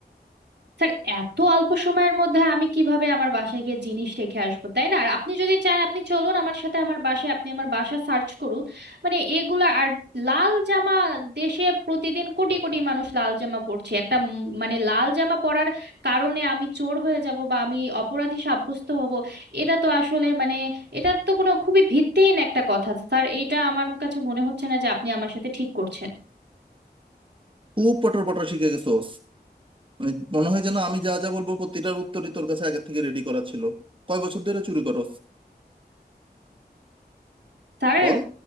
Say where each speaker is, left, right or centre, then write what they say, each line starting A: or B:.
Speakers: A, on the right; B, on the right.
A: স্যার এত অল্প সময়ের মধ্যে আমি কিভাবে আমার বাসায় গিয়ে জিনিস রেখে আসবো তাই না আর আপনি যদি চান আপনি চলুন আমার সাথে আমার বাসায় আপনি আমার বাসা সার্চ করুন মানে এগুলা আর লাল জামা দেশে প্রতিদিন কোটি কোটি মানুষ লাল জামা পরছে একটা উম মানে লাল জামা পরার কারণে আমি চোর হয়ে যাব বা আমি অপরাধী সাব্যস্ত হব এটা তো আসলে মানে এটা তো কোনো খুবই ভিত্তিহীন একটা কথা স্যার এটা আমার কাছে মনে হচ্ছে না যে আপনি আমার সাথে ঠিক করছেন
B: খুব পটর পটর শিখে গেছোস মানে মনে হয় যেন আমি যা যা বলবো প্রতিটার উত্তরই তোর কাছে আগে থেকে রেডি করা ছিল কয় বছর ধরে চুরি করস
A: স্যার
B: বল